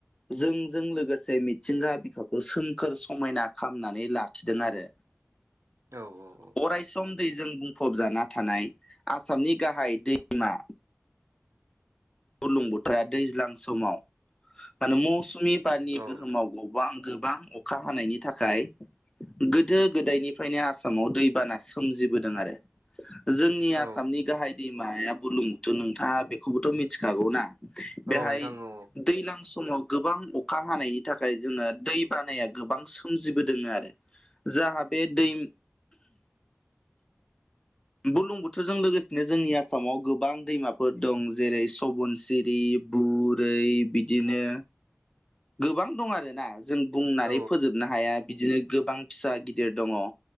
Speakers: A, on the left; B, on the right.
A: जोंजों लोगोसे मिथिंगा बिखाखौ सोमखोर समायना खालामनानै लाखिदों आरो
B: औ औ औ
A: अरायसम दैजों बुंफबजाना थानाय आसामनि गाहाय दैमा, गुलुं बोथोरा दैज्लां समाव माने मौसुमि बारनि
B: औ औ
A: गोहोमाव,
B: नोंथां
A: बां गोबां अखा हानायनि थाखाय, गोदो गोदायनिफ्रायनो आसामाव दैबाना सोमजिबोदों आरो जोंनि
B: औ
A: आसामनि गाहाय दैमाया बुलुंथ' नोंथाङा बेखौबोथ' मिथिखागौ ना?
B: औ
A: बेहाय,
B: नोंथां औ
A: दैलां समाव गोबां अखा हानायनि थाखाय जोंना दै बानाया गोबां सोमजिबोदों आरो। जाहाथे दै बुरलुंबुथोरजों लोगोसेनो जोंनि आसामाव गोबां दैमाफोर दं जेरै सबनसित बे बुरै बिदिनो गोबां दं आरोना जों बुंनानै
B: औ
A: फोजोबनो हाया बिदिनो गोबां फिसा गिदिर दङ